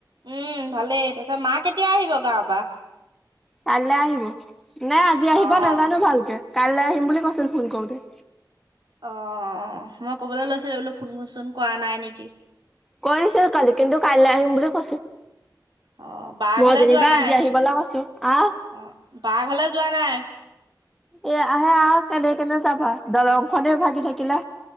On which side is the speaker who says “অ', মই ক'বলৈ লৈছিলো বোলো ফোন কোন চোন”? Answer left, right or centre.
Right